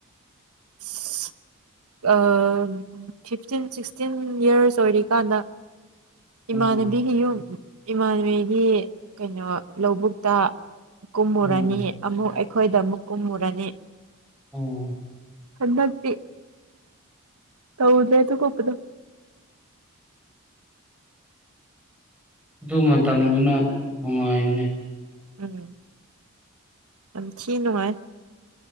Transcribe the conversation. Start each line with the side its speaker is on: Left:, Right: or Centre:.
Right: <unintelligible> ꯐꯤꯐꯇꯤꯟ ꯁꯤꯛꯁꯇꯤꯟ ꯌꯔꯁ ꯑꯣꯏꯔꯤꯀꯥꯟꯗ
Centre: ꯎꯝ
Right: ꯏꯃꯥꯟꯅꯕꯤꯒꯤ ꯌꯨꯝ ꯏꯃꯥꯟꯅꯕꯤꯒꯤ ꯀꯩꯅꯣ ꯂꯧꯕꯨꯛꯇ ꯀꯨꯝꯃꯨꯔꯅꯤ
Centre: ꯎꯝ
Right: ꯑꯃꯨꯛ ꯑꯩꯈꯣꯏꯗ ꯑꯃꯨꯛ ꯀꯨꯝꯃꯨꯔꯅꯤ
Centre: ꯎꯝ
Right: ꯍꯗꯤ ꯇꯧ ꯗꯦ ꯇꯨ ꯀꯣꯄꯅ
Centre: ꯑꯗꯨ ꯃꯇꯝꯗꯨꯅ ꯅꯨꯡꯉꯥꯏꯕꯅꯦ
Right: ꯎꯝ ꯑ ꯊꯤ ꯅꯨꯡꯉꯥꯏ